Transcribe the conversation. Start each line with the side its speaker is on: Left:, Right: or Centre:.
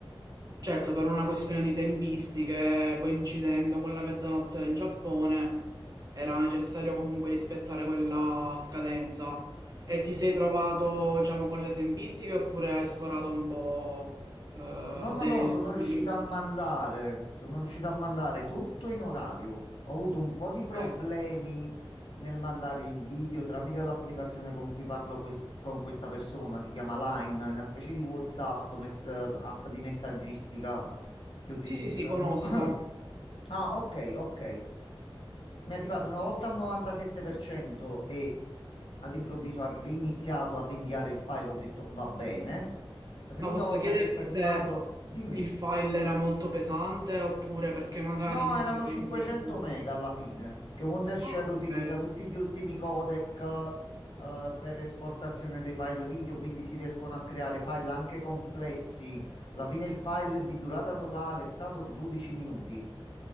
Right: Certo, per una questione di tempistiche, coincidendo con la mezzanotte in Giappone, era necessario comunque rispettare quella scadenza. E ti sei trovato, diciamo, con le tempistiche oppure hai sforato un po'? eh,
Left: No, no,
Right: de-
Left: no, sono riuscito
Right: di-
Left: a mandare, sono riuscito a mandare tutto in orario. Ho avuto un po' di
Right: ok.
Left: problemi nel mandare il video tramite l'applicazione con cui parlo quest- con questa persona, si chiama Line, è una specie di WhatsApp, mess- eh, app di messaggistica che utilizzano.
Right: Sì, sì, sì, conosco,
Left: <clears throat> Ah, ok, ok. Mi è arrivato una volta al 97% e all'improvviso ha riniziato a rinviare il file, ho detto va bene. La seconda
Right: ma posso
Left: volta
Right: chiederti
Left: si è fermato.
Right: se
Left: Dimmi.
Right: il file era molto pesante oppure perché magari
Left: No,
Right: si
Left: erano
Right: è fermato.
Left: 500
Right: perché-
Left: mega alla fine, perché Wondershare
Right: Ah, ok.
Left: utilizza tutti gli ultimi codec eh, per esportazione dei file video, quindi si riescono a creare file anche complessi. Alla fine il file di durata totale è stato 12 minuti.